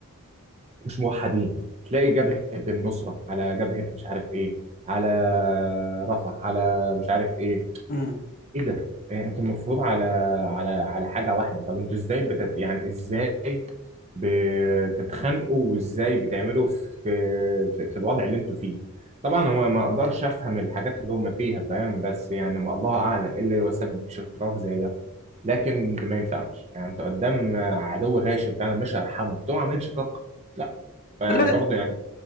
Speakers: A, on the right; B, on the left.
A: مش موحدين تلاقي جبهه النصره على جبهه مش عارف ايه على رفح على مش عارف ايه
B: امم
A: ايه ده إيه انتوا المفروض على على على حاجه واحده طب انتوا ازاي بتت... يعني ازاي بتتخانقوا وازاي بتعملوا في في, في الوضع اللي انتوا فيه طبعا هو ما اقدرش افهم الحاجات اللي هم فيها فاهم بس يعني ما الله اعلم ايه اللي هو سبب شقاق زي ده لكن ده ما ينفعش يعني انت قدام عدو غاشم فعلا مش هيرحمك تقوم عاملين شقاق لا فيعني
B: انا لا-
A: برضه يعني